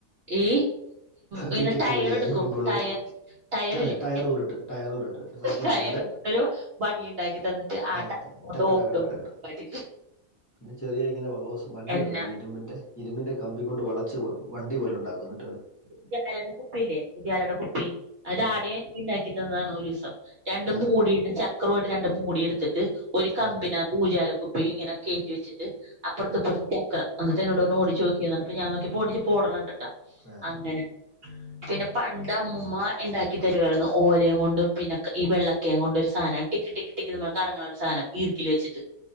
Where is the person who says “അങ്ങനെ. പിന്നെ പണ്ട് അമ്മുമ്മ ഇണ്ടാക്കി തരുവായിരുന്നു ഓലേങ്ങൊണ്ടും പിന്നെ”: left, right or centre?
Right